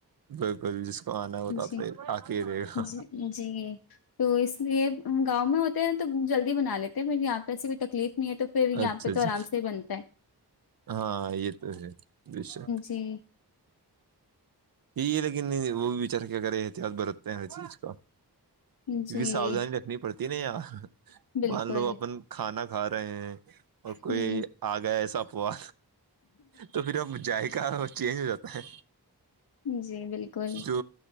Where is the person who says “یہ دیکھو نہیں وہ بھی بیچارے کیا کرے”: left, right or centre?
Right